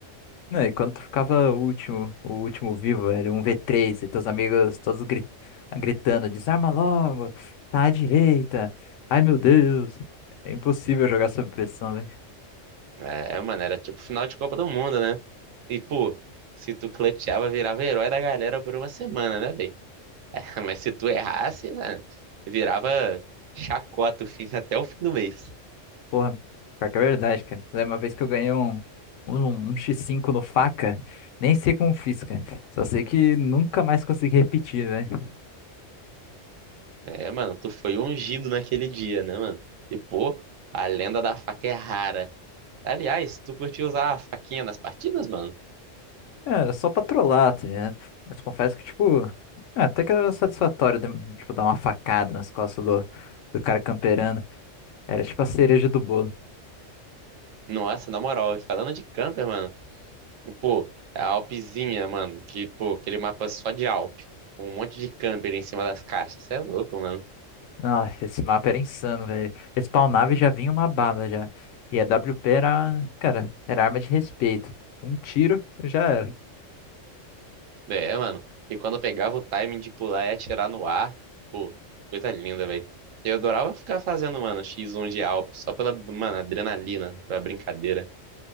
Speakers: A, on the left; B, on the right.
A: Não, e quando tu ficava o último, o último vivo, era um V3, e teus amigos todos gri- gritando, desarma logo, tá à direita, ai meu Deus, é impossível jogar sob pressão, velho.
B: É, mano, era tipo final de Copa do Mundo, né? E, pô, se tu clutchava, virava herói da galera por uma semana, né, velho? <laughs> Mas se tu errasse, né, virava chacota o fim, até o fim do mês.
A: <laughs> Porra, pior que é verdade, cara. Lembra uma vez que eu ganhei um, um, um X5 no faca? Nem sei como fiz, cara. Só sei que nunca mais consegui repetir, né?
B: É, mano, tu foi ungido naquele dia, né, mano? E, pô, a lenda da faca é rara. Aliás, tu curtiu usar a faquinha nas partidas, mano?
A: Era só pra trollar, tá ligado? Mas confesso que, tipo, é, até que era satisfatório, de- tipo, dar uma facada nas costas do, do cara camperando. Era tipo a cereja do bolo.
B: Nossa, na moral, e falando de camper, mano, pô, a Alpzinha, mano, que, pô, aquele mapa só de Alp, com um monte de camper em cima das caixas, cê é louco, mano.
A: Ah, esse mapa era insano, velho. Respawnava e já vinha uma bala já. E a WP era, cara, era arma de respeito. Um tiro já era.
B: É, mano, e quando eu pegava o timing de pular e atirar no ar, pô, coisa linda, velho. Eu adorava ficar fazendo, mano, X1 de Alp, só pela, mano, adrenalina, pela brincadeira.